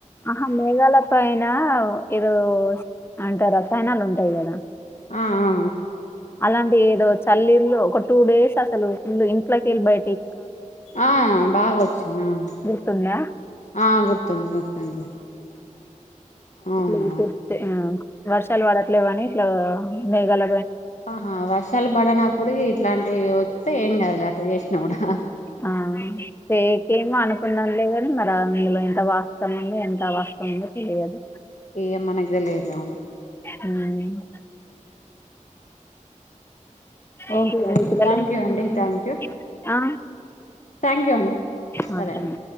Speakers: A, on the left; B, on the left.
A: ఆహా మేఘాల పైన ఏదో అంటే రసాయనాలు ఉంటాయి కదా
B: ఆ ఆ
A: అలాంటి ఏదో చలిల్లు ఒక టూ డేస్ అసలు ఫుల్ ఇంట్లోకెళ్లి బయటి
B: ఆ బాగా వచ్చింది అవును
A: గుర్తుందా?
B: ఆ గుర్తుంది గుర్తుంది
A: <unintelligible>
B: అవునా
A: దొరుకుతాయ్ వర్షాలు పడట్లేవాని ఇట్లా మేఘాల
B: ఆహా వర్షాలు పడన ఇప్పుడు ఇట్లాంటివి వస్తే ఏం కాదు అట్ల చేసినా కూడా
A: ఆ ఫేకేమో అనుకున్నాంలే కాని మరా ఇందులో ఎంత వాస్తవం ఉందో ఎంత అవాస్తం ఉందో తెలియదు
B: ఇగ మనకి తెలియదు
A: హ్మ్ ఏంటి
B: ఓకే
A: మీ
B: ఓకే
A: పిల్లలు
B: థ్యాంక్
A: ఏం చేస్తున్నారు
B: యూ అండి థ్యాంక్ యూ
A: ఆ
B: థ్యాంక్ యూ అండి
A: ఆ
B: సరే
A: తను